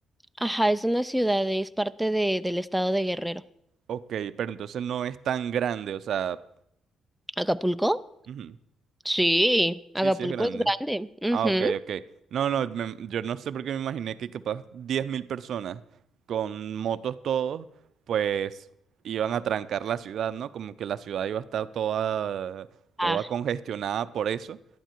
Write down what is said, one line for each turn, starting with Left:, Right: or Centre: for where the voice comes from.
Centre: Ajá, es una ciudad, es parte de, del estado de Guerrero.
Right: Ok, pero entonces no es tan grande, o sea...
Centre: ¿Acapulco?
Right: ujú.
Centre: Sí, Acapulco
Right: Sí, sí es grande.
Centre: es grande. Ujú.
Right: Ah, ok, ok. No, no, me- yo no sé por qué me imaginé que capaz 10.000 personas con motos todos, pues iban a trancar la ciudad, ¿no? Como que la ciudad iba a estar toda,
Centre: Ah,
Right: toda congestionada por eso.